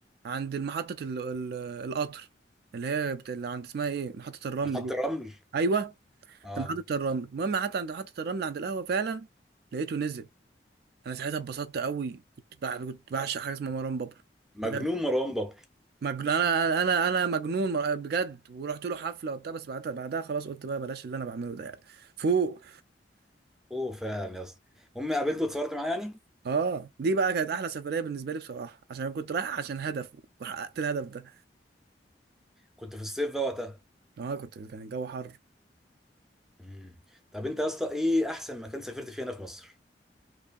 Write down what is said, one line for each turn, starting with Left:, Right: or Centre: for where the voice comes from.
Right: عند محطه ال... ال... القطر اللي هي بت... اللي عند اسمها ايه محطه الرمل
Centre: محط
Right: دي
Centre: الرمل
Right: ايوه
Centre: اه
Right: ده محطه الرمل المهم قعدت عند محطه الرمل عند القهوه فعلا لقيته نزل انا ساعتها اتبسطت قوي كنت بع... كنت بعشق حاجه اسمها مروان بابلو
Centre: مجنون
Right: بجد
Centre: مروان بابلو
Right: مجنون انا انا انا مجنون مر- بجد ورحت له حفله وبتاع بس بعدها بعدها خلاص قلت بقى بلاش اللي انا بعمله ده يعني فوق
Centre: اوه فعلا يا اسطى امي قابلته واتصورت معاه يعني
Right: اه دي بقى كانت احلى سفريه بالنسبه لي بصراحه عشان انا كنت رايح عشان هدف وحققت الهدف ده
Centre: كنت في الصيف بقى وقتها
Right: اه كنت كان الجو حر
Centre: امم طب انت يا اسطى ايه احسن مكان سافرت فيه هنا في مصر